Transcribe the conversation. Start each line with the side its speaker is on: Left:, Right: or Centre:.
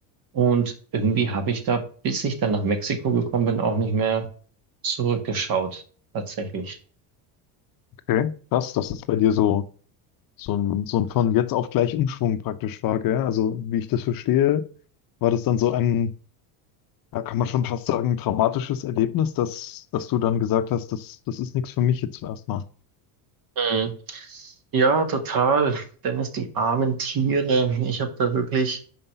Right: Und irgendwie habe ich da, bis ich dann nach Mexiko gekommen bin, auch nicht mehr zurückgeschaut, tatsächlich.
Left: Okay. Krass, dass es bei dir so so ein, so ein von jetzt auf gleich Umschwung praktisch war, gell? Also, wie ich das verstehe, war das dann so ein, ja, kann man schon fast sagen, traumatisches Erlebnis, dass, dass du dann gesagt hast, das, das ist nichts für mich jetzt erstmal.
Right: Mhm. Ja, total. Dennis, die armen Tiere. Ich habe da wirklich,